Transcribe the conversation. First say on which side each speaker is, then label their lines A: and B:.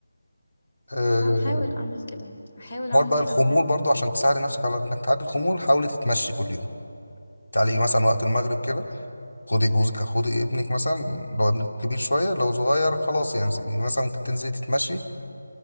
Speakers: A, on the left; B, on the left.
A: أه،
B: هحاول اعمل كده هحاول اعمل
A: حوار بقى
B: كده
A: الخمول
B: بجد
A: برضو عشان تساعد نفسك على انك تعدي الخمول حاولي تتمشي كل يوم تعالي مثلا وقت المغرب كده خدي جوزك خدي ابنك مثلا لو ابنك كبير شوية لو صغير خلاص يعني مثلا ممكن تنزلي تتمشي